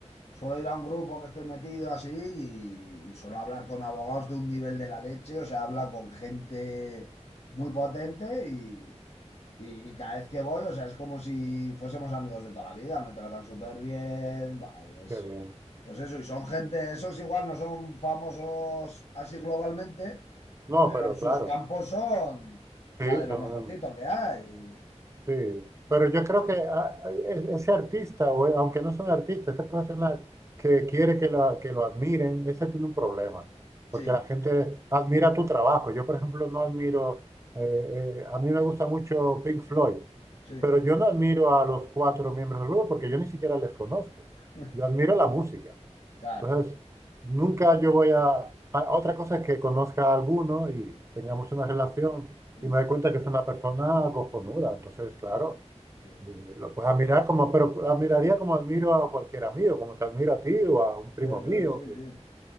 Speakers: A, on the left; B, on the right.
A: Suelo ir a un grupo que estoy metido así y, y suelo hablar con abogados de un nivel de la leche, o sea, habla con gente muy potente y, y- y cada vez que voy, o sea, es como si fuésemos amigos de toda la vida, me tratan súper bien, va, y es,
B: qué bien.
A: pues eso, y son gente, esos igual no son famosos así globalmente,
B: No,
A: pero
B: pero
A: en sus
B: claro,
A: campos son, o sea,
B: sí,
A: de lo
B: son,
A: mejorcito que hay.
B: Sí, pero yo creo que ah, e- ese artista, o, eh, aunque no es un artista, ese profesional que quiere que, la- que lo admiren, ese tiene un problema, porque
A: Sí,
B: la gente admira tu trabajo. Yo, por ejemplo, no admiro, eh, eh, a mí me gusta mucho Pink Floyd,
A: sí,
B: pero yo no admiro a los cuatro miembros del grupo porque yo ni siquiera les conozco.
A: <laughs>
B: Yo admiro la música.
A: claro.
B: Entonces, nunca yo voy a... a- Otra cosa es que conozca a alguno y tengamos una relación
A: Mm,
B: y me doy cuenta que es una persona cojonuda. Entonces, claro,
A: Sí,
B: eh, lo puedo admirar como, pero admiraría como admiro a cualquier amigo, como te admiro a ti o a un primo
A: eso
B: mío,
A: es, sí,
B: que
A: sí.